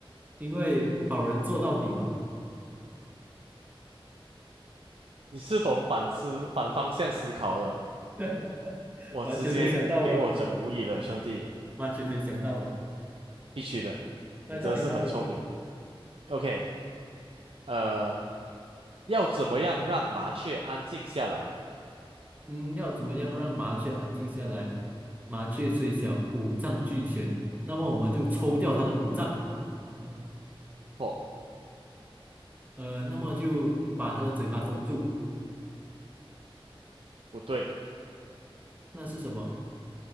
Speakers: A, on the right; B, on the right.
A: 因为好人做到底嘛
B: 你是懂反思、反方向思考的，
A: <laughs>，
B: 我直接给我整无语了，
A: 完全没想到啊！
B: 兄弟，
A: 完全没想到啊。
B: 必须的，
A: 来，
B: 你真是很聪明。
A: 到你，到你。
B: OK。呃，要怎么样让麻雀安静下来？
A: 嗯，要怎么样让麻雀安静下来？麻雀虽小，五脏俱全，那么我们就抽掉它的五脏，嗯
B: 错，
A: 呃，那么就把它的嘴巴封住，
B: 不对，
A: 那是什么？